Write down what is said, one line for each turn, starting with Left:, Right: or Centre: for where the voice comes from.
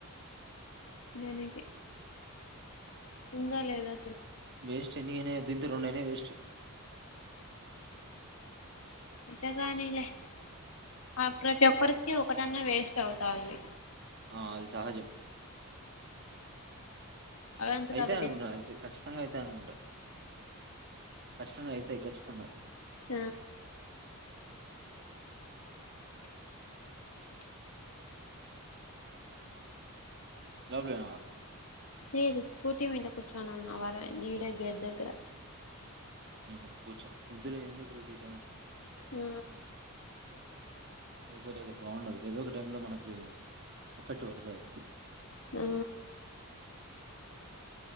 Left: దదకి ఉందా లేదా
Right: వేస్ట్నినే దీంతో రెంండైనే వేస్ట్
Left: అంతేగానిలే ఆ ప్రతి ఒక్కరికి ఒకటన్నా వేస్ట్ అవుతుంది
Right: ఆ అది సహజం
Left: అవంతకవే
Right: అయితే అనుకుంటును
Left: డిస్
Right: అ ఖచ్చితంగా అయితే అనుకుంటాను ఖతంగా అయితేాయి ఖచ్చతంగా
Left: ఆ
Right: చబ్లే
Left: లే ఇది స్కూటీ మంత కూర్చోనన్నా వర ఈడ గెదుకుర
Right: ఉ కూుచ ఇ ఎందుకు వీట
Left: ఆ
Right: చూ సర బాగుండదు ఏదో ఒక టై లో మనకి ఎఫెక్ట్ పడుతుది
Left: అ